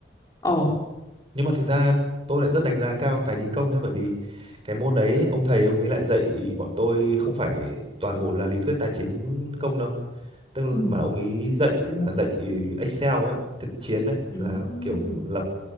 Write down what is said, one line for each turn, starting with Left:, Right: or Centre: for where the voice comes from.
Left: ồ
Right: nhưng mà thực ra tôi lại rất đánh giá cao tài chính công nhé bởi vì cái môn đấy ông thầy ông ấy lại dạy bọn tôi không phải toàn bộ là lý thuyết tài chính công đâu tức là
Left: Ừ.
Right: mà ông ấy dạy là dạy Excel ấy thực chiến ấy là
Left: ừ.
Right: kiểu lập